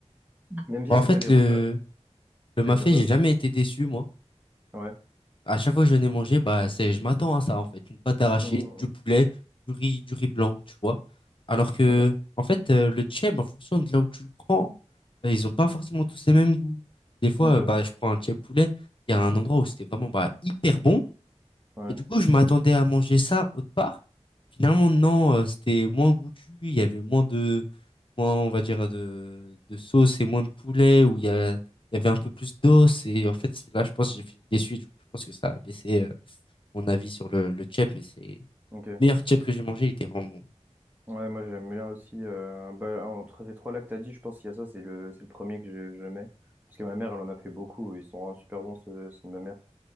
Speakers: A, on the right; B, on the left.
A: Même si
B: Bon, en
A: c'est
B: fait,
A: pas les
B: le,
A: repas.
B: le mafé,
A: c'est à dire quoi?
B: j'ai jamais été déçu, moi.
A: Ouais.
B: À chaque fois que je n'ai mangé, bah, c'est, je m'attends à ça, en fait. Une pâte d'arachide,
A: Mm, mm,
B: du
A: mm.
B: poulet, du riz, du riz blanc, tu vois. Alors que,
A: Ouais,
B: en fait, euh, le Cheb, en fonction de là où tu le prends, euh, ils ont pas forcément tous les mêmes goûts. Des fois,
A: ok.
B: euh, bah, je prends un Cheb poulet, il y a un endroit où c'était vraiment bah, hyper bon.
A: Ouais,
B: Et du coup, je m'attendais à manger ça autre part. Finalement, non, euh, c'était moins goûtu, il y avait moins de, moins, on va dire, de, de sauce et moins de poulet, où il y a- il y avait un peu plus d'os. Et en fait, c'est là, je pense que j'ai fini déçu. et Du coup, je pense que ça a baissé euh, mon avis sur le, le tchèp, mais c'est le
A: ok.
B: meilleur tchèp que j'ai mangé, il était vraiment bon.
A: Ouais, moi j'aime bien aussi. euh, bah, entre ces trois-là que t'as dit, je pense qu'il y a ça, c'est le, c'est le premier que je, je mets. Parce que ma mère, elle en a fait beaucoup, et ils sont vraiment super bons, ceux, ceux de ma mère.